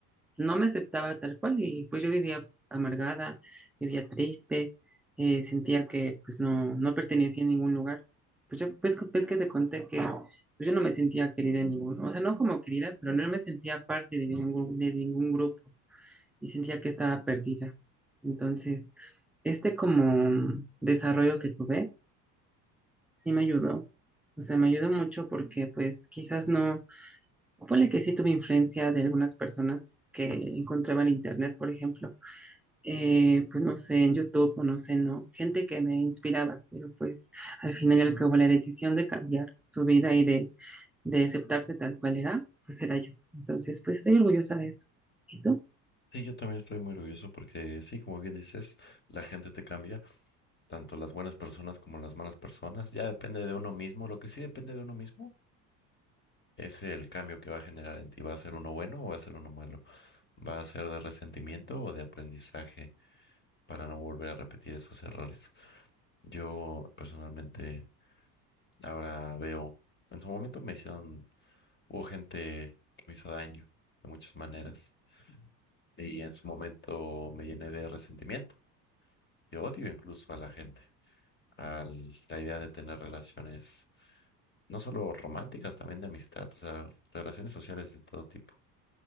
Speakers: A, in the centre; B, on the left.
A: no me aceptaba tal cual y pues yo vivía amargada, vivía triste, eh, sentía que pues no, no pertenecía a ningún lugar. Pues yo, pues, que pues que te conté que pues, yo no me sentía querida en ningún, o sea, no como querida, pero no me sentía parte de ningún, de ningún grupo y sentía que estaba perdida. Entonces, este como desarrollo que tuve, sí me ayudó. O sea, me ayudó mucho porque pues quizás no, ponle que sí tuve influencia de algunas personas que encontraba en internet, por ejemplo, eh, pues no sé, en YouTube o no sé, no, gente que me inspiraba, pero pues al final y al cabo la decisión de cambiar su vida y de, de aceptarse tal cual era, pues era yo. Entonces, pues estoy orgullosa de eso. ¿Y tú?
B: Sí, yo también estoy muy orgulloso porque sí, como bien dices, la gente te cambia. tanto las buenas personas como las malas personas. Ya depende de uno mismo. Lo que sí depende de uno mismo es el cambio que va a generar en ti. ¿Va a ser uno bueno o va a ser uno malo? ¿Va a ser de resentimiento o de aprendizaje para no volver a repetir esos errores? Yo personalmente ahora veo, en su momento me hicieron, hubo gente que me hizo daño de muchas maneras y en su momento me llené de resentimiento, de odio incluso a la gente. a la idea de tener relaciones, no solo románticas, también de amistad, o sea, relaciones sociales de todo tipo.